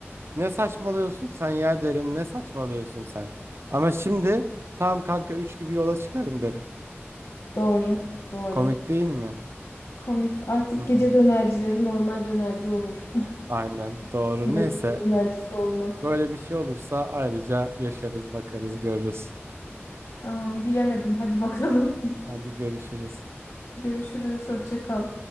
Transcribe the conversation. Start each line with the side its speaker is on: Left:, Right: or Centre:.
Right: Ne saçmalıyorsun sen ya derim. Ne saçmalıyorsun sen? Ama şimdi tamam kanka 3 gibi yola çıkarım derim.
Left: Doğru, doğru.
Right: Komik değil mi?
Left: Komik. Artık
Right: Hı hı.
Left: gece dönercileri normal dönerci olur. <laughs>
Right: Aynen doğru.
Left: İsimleri
Right: Neyse
Left: gece dönercisi olmaz.
Right: böyle bir şey olursa ayrıca yaşarız, bakarız, görürüz.
Left: Aman bilemedim. Hadi bakalım.
Right: Hadi görüşürüz.
Left: <laughs> Görüşürüz. Hoşça kal.